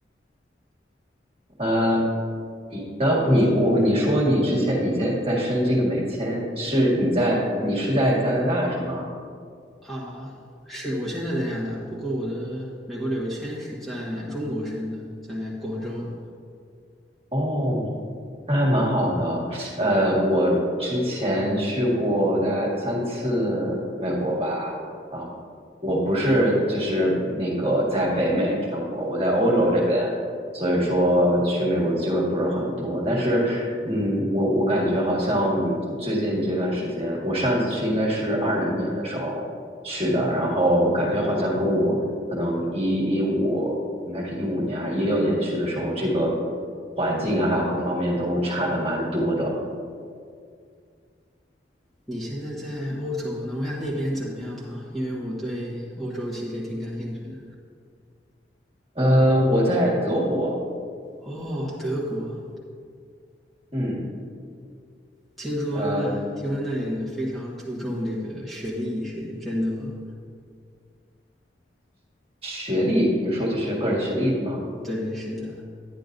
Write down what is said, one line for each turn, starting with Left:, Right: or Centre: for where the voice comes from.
Right: 呃，你的你我你说你之前你在在申这个美签，是你在你是在加拿大是吗？
Centre: 啊。是我现在在加拿大，不过我的美国旅游签是在中国申的，在广州。
Right: 哦，那还蛮好的。呃，我之前去过大概三次美国吧，然后我不是就是那个在北美生活，我在欧洲这边，所以说去美国的机会不是很多。但是，嗯，我我感觉好像最近这段时间，我上一次去应该是二零年的时候去的，然后感觉好像跟我可能一一五应该是一五年还是一六年去的时候，这个环境啊，还有各方面都差的蛮多的。
Centre: 你现在在欧洲，能问下那边怎么样吗？因为我对欧洲其实也挺感兴趣的。
Right: 呃，我在德国，
Centre: 哦，德国，
Right: 嗯，
Centre: 听说那听说那里人非常注重这个学历，
Right: 呃，
Centre: 是真的吗？
Right: 学历，你说就是个人学历是吗？
Centre: 对，是的。